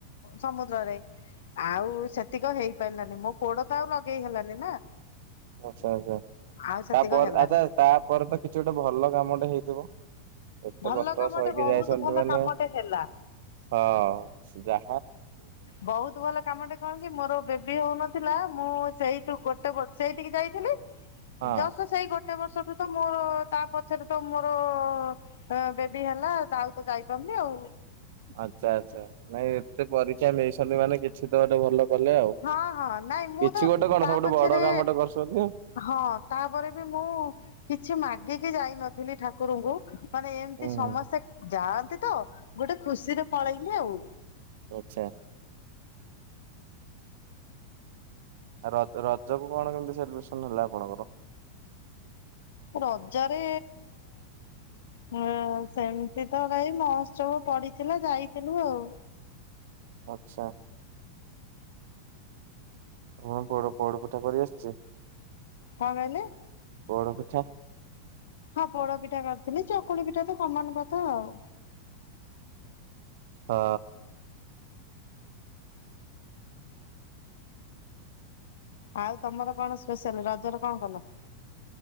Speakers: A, on the left; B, on the right.
A: ସମୁଦ୍ରରେ। ଆଉ ସତ୍ ତିିକ ହେଇ ପାରିଲାନି ମୋ ପୋଡ ତ ଆଉ ଲଗେଇ ହେଲାନି ନା?
B: ଆଚ୍ଛା ଆଚ୍ଛା
A: ଆଉ ସେତିକ
B: ତାପ ଆଚ୍ଛା
A: ହେଲାନି
B: ତାପରେ ତ କିଛି ଗୋଟେ ଭଲ କାମଟେ ହେଇଥିବ। ଏତେ
A: ଭଲ
B: କଷ୍ଟ
A: କାମଟେ
B: ସଇକି
A: ବହୁତ
B: ଯାଇଛନ୍ତି
A: ଭଲ
B: ମାନେ
A: କାମଟେ ହେଲା
B: ହଁ ଯା
A: ବହୁତ ଭଲ କାମଟା କଣ କି ମୋର ବେବି ହଉନଥିଲା ମୁଁ ସେଇଠୁ ଗୋଟେ ବର୍ଷ ସେଇଠିକି ଯାଇଥିଲି।
B: ହଁ
A: ଯସ ସେଇ ଗୋଟେ ବର୍ଷଠୁ ତ ମୋର ତା ପଛରେ ତ ମୋର ହଁ ବେବି ହେଲା ଆଉ ତ ଯାଇପାରୁନି ଆଉ।
B: ଆଚ୍ଛା ଆ୍ଛା ନାଇଁ ଏତେ ପରୀକ୍ଷା ନେଇଛନ୍ତି ମାନେ କିଛି ତ ଗୋଟେ ଭଲ ଗଲେ ଆଉ
A: ହଁ ହଁ ନାଇଁ ମୁଁ
B: କିଛି
A: ତ
B: ଗୋଟେ କଣ
A: ତା
B: ସବୁଠୁ
A: ପଛରେ
B: ବଡ କାମଟେ କରୁଛନ୍ତି।
A: ହଁ ତାପରେ ବି ମୁଁ କିଛି ମାଗିକି ଯାଇନଥିଲି ଠାକୁରଙ୍କୁ। ମାନେ ଏମତି
B: ହୁଁ
A: ସମସ୍ତେ ଯାଆନ୍ତି ତ ଗୋଟେ ଖୁସିରେ ପଳେଇଲେ ଆଉ
B: ଆଚ୍ଛା। ଆ ର ରଜକୁ କଣ କେମତି ସେଲିବ୍ରେସନ ହେଲା ଆପଣଙ୍କର?
A: ରଜରେ ହ ସେମିତି ତ ଭାଇ ମହୋତ୍ସବ ପଡିଥିଲା ଯାଇଥିଲୁ ଆଉ
B: ଆଚ୍ଛା। ହୁଁ ପୋଡ୍ ପୋଡ ପିଠା କରିଆସିଛି।
A: କଣ କହିଲେ?
B: ପୋଡ଼ପିଠା।
A: ହଁ ପୋଡପିଠା କରିଥିଲି ଚକୁଳି ପିଠା ତ କମନ କଥା ଆଉ।
B: ହଁ।
A: ଆଉ ତମର କଣ ସ୍ପେଶାଲ ରଜର କଣ କଲ?